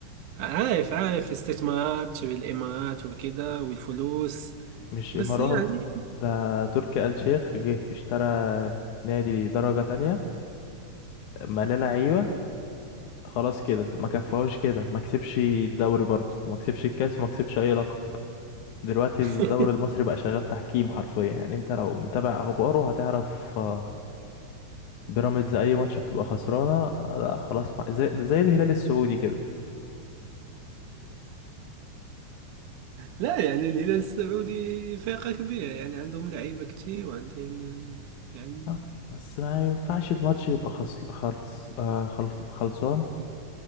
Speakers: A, on the right (about 80°); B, on the left (about 75°).
A: عارف عارف الاستثمارات والإمارات وكده والفلوس
B: مش
A: بس
B: امارات
A: يعني
B: ده تركي آل شيخ جه اشترى نادي درجه تانية ملاه لعيبه خلاص كده ما كفاهوش كده ما كسبش الدوري برضه وما كسبش الكاس وما كسبش اي لقب دلوقتي
A: <laughs>
B: الدوري المصري بقى شغال تحكيم حرفيا يعني انت لو متابع اخباره هتعرف آه، بيراميدز اي ماتش بتبقى خسرانه آه، لا خلاص مع- زي, زي الهلال السعودي كده
A: لا يعني الهلال السعودي فرقة كبيرة يعني عندهم لعيبة كتير وعندهم آه، يعني
B: آه، بس ما ينفعش الماتش يبقى خص... خرص... آه، خلص... خلصان